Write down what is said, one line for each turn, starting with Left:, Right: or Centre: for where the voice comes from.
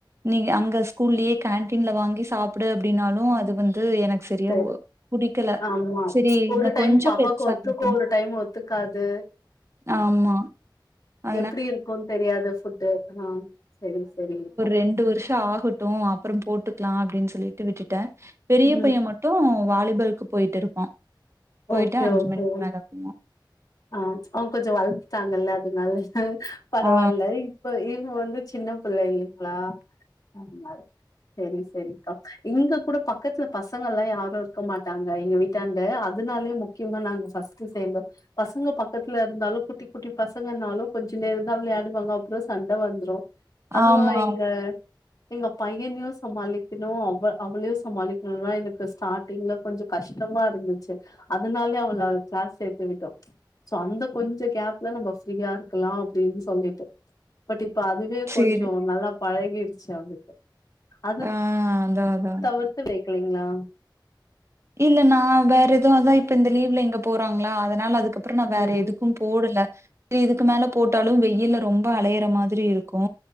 Right: நீ அங்க ஸ்கூல்லயே கேன்டீன்ல வாங்கி சாப்பிடு அப்டின்னாலு அது வந்து எனக்கு சரியா
Left: சரி
Right: ஒ புடிக்கல
Left: ஆமா
Right: சரி
Left: ஒரு
Right: இன்ன
Left: டைம்
Right: கொஞ்ச
Left: பாப்பாக்கு
Right: பெருசாகட்டு
Left: ஒத்துக்கு ஒரு டைம் ஒத்துக்காது
Right: ஆமா அ
Left: எப்படி இருக்குன் தெரியாது ஃபுட்டு அதா சரி சரி அக்கா
Right: ரெண்டு வருஷ ஆகட்டு அப்பறம் போட்டுக்லா அப்டின்னு சொல்லிட்டு விட்டுட்ட பெரிய
Left: ம்
Right: பைய மட் டு வாலிபால்க்கு போய்ட்டு இருப்பா போயிட்டு
Left: ஓகே
Right: அஞ்சு
Left: ஓகே
Right: மணிக்கு மேல வருவா
Left: ஆ அவங்க கொஞ்ச வளந்துட்டாங்கல்ல அதனால பரவால்ல
Right: ஆ
Left: இப்ப இவ வந்து சின்ன பிள்ளை இல்லைங்ளா அதனால செரி செரிக்கா இங்க கூட பக்கத்துல பசங்க எல்லா யாரு இருக்க மாட்டாங்க எங்க வீ ட்டாண்ட அதனாலயே முக்கியமா நாங்க ஃபஸ்ட்டு சேந்தோ பசங்க பக்கத்துல இருந்தாலு குட்டி குட்டி பசங்கனாலு கொஞ்ச நேரந்தா விளையாடுவாங்க அப்பற சண்ட வந்துரு அதுவு
Right: ஆமா.
Left: எங்க எங்க பையனையு சமாளிக்கணு அவ அவளையு சமாளிக்கணுனா எனக்கு ஸ்டா ட்டிங்ல கொஞ்ச கஷ்டமா இருந்துச்சு அதனாலே அவள கிளாஸ் சேத்து விட்டோ சோ அந்த கொஞ்ச கேப்ல நம்ம ஃப்ரீயா இருக்கலா அப்டின் சொல்லிட்டு பட் இப்ப அதுவே
Right: சரி.
Left: கொஞ்சோ நல்லா பழகிடுச்சு அவளுக்கு அது
Right: ஆ அதான் அதான்.
Left: தவிர்த்து வெக்கலைங்களா
Right: இல்ல நா வேற எது அதா இப்ப இந்த லீவ்ல இங்க போறாங்ளா அதனால அதுக்கப்புறோ நா வேற
Left: ம்
Right: எதுக்கு போடல செரி இதுக்கு மேல போட்டாலு வெய்யில்ல ரொம்ப அலையற மா திரி இருக்கு